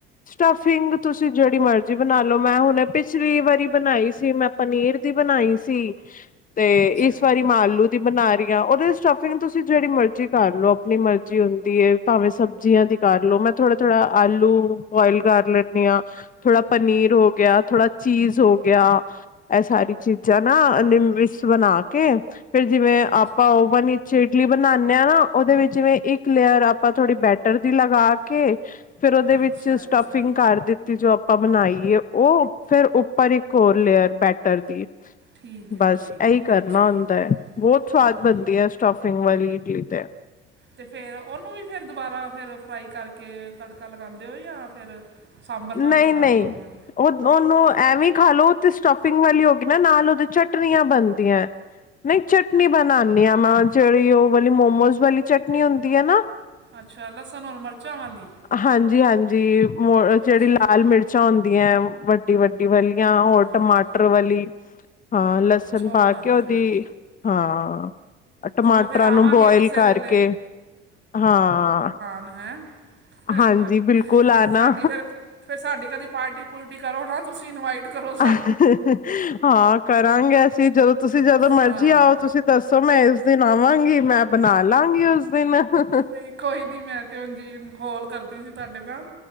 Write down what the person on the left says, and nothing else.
ਸਟਫਿੰਗ ਤੁਸੀਂ ਜੇੜੀ ਮਰਜ਼ੀ ਬਨਾ ਲੋ ਮੈਂ ਹੁਨੇ ਪਿਛਲੀ ਵਾਰੀ ਬਨਾਈ ਸੀ, ਮੈਂ ਪਨੀਰ ਦੀ ਬਨਾਈ ਸੀ। ਤੇ
ਇਸ ਵਾਰੀ ਮੈਂ ਆਲੂ ਦੀ ਬਨਾ ਰੀ ਆਂ, ਓਦੇ ਵਿੱਚ ਸਟਫਿੰਗ ਤੁਸੀਂ ਜੇੜੀ ਮਰਜ਼ੀ ਕਰ ਲਓ ਅਪਨੀ ਮਰਜ਼ੀ ਹੁੰਦੀ ਏ, ਭਾਵੇਂ ਸਬਜ਼ੀਆਂ ਦੀ ਕਰ ਲੋ। ਮੈਂ ਥੋੜਾ- ਥੋੜਾ ਆਲੂ ਬੋਇਲ ਕਰ ਲੈਨੀ ਆ, ਥੋੜਾ ਪਨੀਰ ਹੋ ਗਿਆ, ਥੋੜਾ ਚੀਜ਼ ਹੋ ਗਿਆ। ਐ ਸਾਰੀ ਚੀਜ਼ਾਂ ਨਾ ਐਨਦੀ ਮਿਸ ਬਨਾ ਕੇ ਫੇਰ ਜਿਵੇਂ
ਆਪਾਂ ਓਵਨ ਇ ਤੇ ਇਡਲੀ ਬਣਾਣੇ ਆ ਨਾ, ਓਦੇ ਵਿੱਚ ਜਿਵੇਂ ਇੱਕ ਲੇਅਰ ਆਪਾਂ ਥੋੜ੍ਹੀ ਬੈਟਰ ਦੀ ਲਗਾ ਕੇ ਫੇਰ ਓਦੇ ਵਿੱਚ
ਸਟਫਿੰਗ
ਕਰ ਦਿੱਤ ਦਿੱਤੀ, ਜੋ ਆਪਾਂ ਬਣਾਈ ਏ ਓ, ਫਿਰ ਉੱਪਰ ਇੱਕ ਹੋਰ ਲੇਅਰ ਬੈਟਰ ਦੀ
ਬਸ
ਏਹੀ
ਕਰਨਾ
ਹੁੰਦਾ ਐ, ਬੋਤ ਸਵਾਦ
ਬਣਦੀ ਐ ਸਟਫਿੰਗ ਵਾਲੀ ਇਡਲੀ ਤੇ।
ਨਈ-ਨਈ
ਓ ਓਨੂੰ ਐਵੇਂ ਖਾ ਲਓ ਤੇ ਸਟਫਿੰਗ ਵਾਲੀ ਹੋ ਗਈ ਨਾ ਨਾਲ ਔਦੇ ਚਟਨੀਆਂ ਬਣਦੀਆਂ, ਨਈ ਚਟਨੀ ਬਣਾ ਣੀਆਮਾਨ, ਜੇੜੀ ਓ ਵਾਲੀ ਮੋਮੋਸ ਵਾਲੀ ਚਟਨੀ ਹੁੰਦੀ ਏ ਨਾ
ਹਾਂਜੀ- ਹਾਂਜੀ ਮੋ
ਜੇੜੀ ਲਾਲ ਮਿਰਚਾਂ ਹੁੰਦੀਆਂ ਵੱਡੀ- ਵੱਡੀ ਵੱਡੀ ਵਾਲੀਆਂ, ਹੋਰ
ਟਮਾਟਰ ਵਾਲੀ, ਹਾਂ ਲਸਣ
ਪਾ
ਕੇ ਓਦੀ
ਹਾਂ, ਟਮਾਟਰਾਂ
ਨੂੰ ਬੋਏਲ
ਕਰਕੇ
ਹਾਂ
ਹਾਂਜੀ ਬਿਲਕੁਲ ਆਣਾ
ਅਹਹ, ਹਾਂ ਕਰਾਂਗੇ ਅਸੀਂ, ਜਦੋਂ ਤੁਸੀਂ ਜਦੋਂ ਮਰਜ਼ੀ
ਆਓ ਤੁਸੀਂ ਦੱਸੋ ਮੈਂ ਇਸ ਦਿਨ ਆਵਾਂਗੀ, ਮੈਂ ਬਣਾ-ਲਾਂਗੀ ਉਸ ਦਿਨ ਹਹ